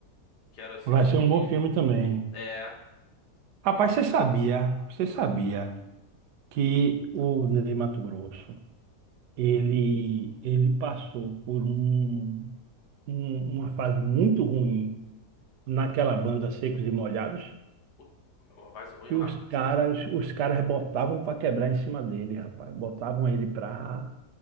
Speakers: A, on the left; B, on the right.
A: Quero assistir.
B: Vai ser um bom filme também.
A: É, que
B: Rapaz,
A: o.
B: você sabia? Você sabia? que o Ney Matogrosso, ele, ele passou por um, um- uma fase muito ruim naquela banda Secos e Molhados,
A: Ui, Uma base ruim
B: que
A: lá?
B: os caras, os caras botavam para quebrar em cima dele, rapaz. Botavam ele para